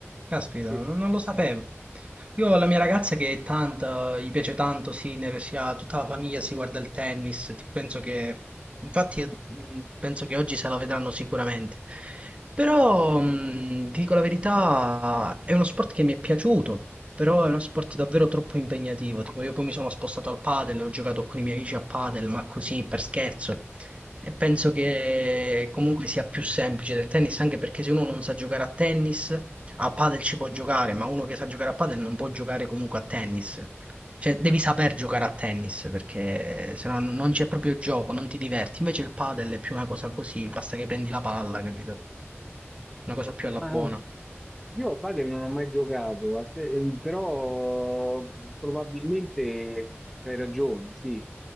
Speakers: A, on the right; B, in the centre.
A: caspita,
B: Sì.
A: non non lo sapevo. Io ho la mia ragazza che è tanto, gli piace tanto Sinner, si ha tutta la famiglia, si guarda il tennis, ti- penso che, infatti mh, penso che oggi se la vedranno sicuramente. Però, mh, ti dico la verità, è uno sport che mi è piaciuto, però è uno sport davvero troppo impegnativo. Tipo, io poi mi sono spostato al padel, ho giocato con i miei amici a padel, ma così per scherzo. E penso che comunque sia più semplice del tennis, anche perché se uno non sa giocare a tennis, a padel ci può giocare, ma uno che sa giocare a padel non può giocare comunque a tennis. Cioè, devi saper giocare a tennis, perché eh, se no non c'è proprio gioco, non ti diverti. Invece il padel è più una cosa così, basta che prendi la palla, capito? Una cosa più alla
B: Ah,
A: buona.
B: Io a padel non ho mai giocato, a te- ehm, però probabilmente hai ragione, sì,